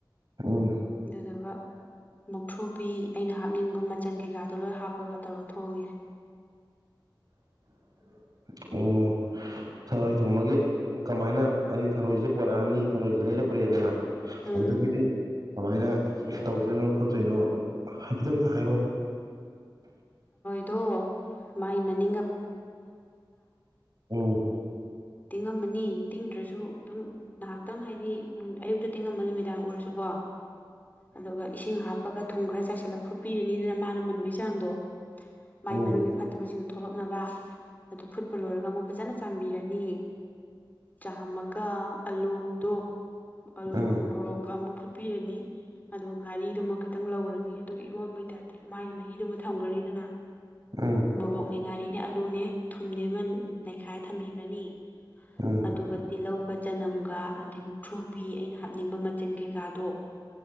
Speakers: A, on the right (about 50°); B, on the left (about 20°).
A: ꯎꯝ
B: ꯑꯗꯨꯗꯨꯒ ꯃꯨꯛꯊ꯭ꯔꯨꯕꯤ ꯑꯩꯅ ꯍꯥꯞꯅꯤꯡꯕ ꯃꯆꯟ ꯀꯩꯀꯥꯗꯣ ꯂꯣꯏ ꯍꯥꯞꯄꯒ ꯇꯧꯔ ꯊꯣꯡꯉꯦ
A: <unintelligible> ꯑꯣ ꯊꯔꯣꯏ ꯊꯣꯡꯕꯒꯤ ꯀꯃꯥꯏꯅ ꯍꯥꯏꯗꯤ ꯊꯔꯣꯏꯁ ꯄꯣꯔꯛꯑꯅꯤ ꯊꯔꯣꯏꯁꯦ ꯂꯩꯔꯄ꯭ꯔꯦꯗꯅ
B: ꯎꯝ
A: ꯑꯗꯨꯗꯒꯤꯗꯤ ꯀꯃꯥꯏꯅ ꯇꯧꯗꯣꯏꯅꯣ ꯈꯣꯠꯇꯣꯏꯅꯣ ꯍꯥꯏꯐꯦꯠꯇ ꯑꯇ ꯍꯥꯏꯔꯛꯑꯣꯅ
B: ꯃ ꯃꯅꯤ
A: ꯎꯝ
B: ꯑꯃꯅꯤ ꯇꯤꯡꯗ꯭ꯔꯁꯨ ꯑꯗꯨꯝ ꯉꯍꯥꯛꯇꯪ ꯍꯥꯏꯗꯤ ꯑꯌꯨꯛꯇ ꯇꯤꯡꯉꯝꯕ ꯅꯨꯃꯤꯗꯥꯡ ꯑꯣꯏꯔꯁꯨꯀꯣ ꯑꯗꯨꯒ ꯏꯁꯤꯡ ꯍꯥꯞꯄꯒ ꯊꯨꯝ ꯈ꯭ꯔ ꯆꯥꯏꯁꯤꯜꯂ ꯐꯨꯠꯄꯤꯔꯅꯤꯗꯅ ꯃꯥꯅ ꯃꯨꯟꯕꯩ ꯆꯥꯡꯗꯣ ꯃꯥꯏ
A: ꯎꯝ
B: ꯃꯅꯨꯡꯒꯤ ꯐꯠꯇꯕꯁꯤꯡꯗꯨ ꯊꯣꯛꯂꯛꯅꯕ ꯑꯗꯨ ꯐꯨꯠꯄ ꯂꯣꯏꯔꯒ ꯑꯃꯨꯛ ꯐꯖꯅ ꯆꯥꯟꯕꯤꯔꯅꯤ ꯆꯥꯝꯃꯒ ꯑꯂꯨꯗꯣ ꯑꯥꯂꯨꯒ
A: ꯎꯝ
B: ꯃꯣꯔꯣꯛꯀ ꯑꯃꯨꯛ ꯐꯨꯠꯄꯤꯔꯅꯤ ꯑꯗꯨꯒ ꯉꯥꯔꯤꯗꯨꯃ ꯈꯤꯇꯪ ꯂꯧꯔꯅꯤ ꯑꯗꯨ ꯏꯔꯣꯟꯕꯩꯇꯥ ꯃꯥꯒꯤ ꯃꯍꯤꯗꯨꯃ ꯊꯝꯈ꯭ꯔꯅꯤꯗꯅ
A: ꯎꯝ
B: ꯃꯣꯔꯣꯛꯅꯦ ꯉꯥꯏꯔꯤꯅꯦ ꯑꯂꯨꯅꯦ ꯊꯨꯝꯅꯦ ꯅꯩꯈꯥꯏ ꯊꯝꯕꯤꯈ꯭ꯔꯅꯤ
A: ꯎꯝ ꯎꯝ
B: ꯑꯗꯨꯒ ꯇꯤꯜꯍꯧꯒ ꯆꯅꯝꯒ ꯑꯗꯩ ꯃꯨꯛ ꯊ꯭ꯔꯨꯕꯤ ꯑꯩꯅ ꯍꯥꯞꯅꯤꯡꯕ ꯃꯆꯤꯟ ꯀꯩꯀꯥꯗꯣ